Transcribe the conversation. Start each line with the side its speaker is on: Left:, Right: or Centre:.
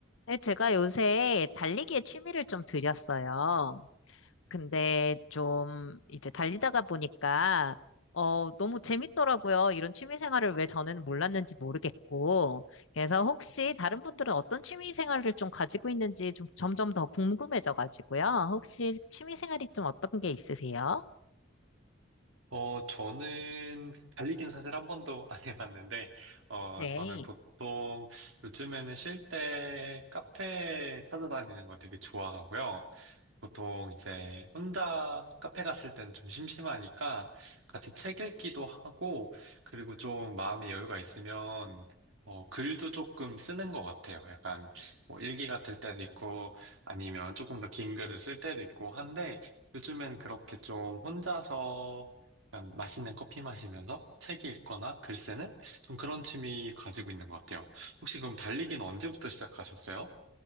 Left: 네, 제가 요새 달리기에 취미를 좀 들였어요. 근데 좀 이제 달리다가 보니까 어, 너무 재밌더라고요. 이런 취미 생활을 왜 저는 몰랐는지 모르겠고. 그래서 혹시 다른 분들은 어떤 취미 생활을 좀 가지고 있는지 좀 점점 더 궁금해져 가지고요. 혹시 취미 생활이 좀 어떤 게 있으세요?
Right: 어, 저는 달리기는 사실 한 번도 <laughs> 안 해봤는데, 어,
Left: 네.
Right: 저는 보통 요즘에는 쉴 때 카페 찾아다니는 거 되게 좋아하고요. 보통 이제 혼자 카페 갔을 땐 좀 심심하니까 같이 책 읽기도 하고, 그리고 좀 마음의 여유가 있으면, 어, 글도 조금 쓰는 것 같아요. 약간 뭐 일기 같을 때도 있고, 아니면 조금 더 긴 글을 쓸 때도 있고 한데, 요즘엔 그렇게 좀 혼자서 약간 맛있는 커피 마시면서 책 읽거나 글 쓰는 좀 그런 취미 가지고 있는 것 같아요. 혹시 그럼 달리기는 언제부터 시작하셨어요?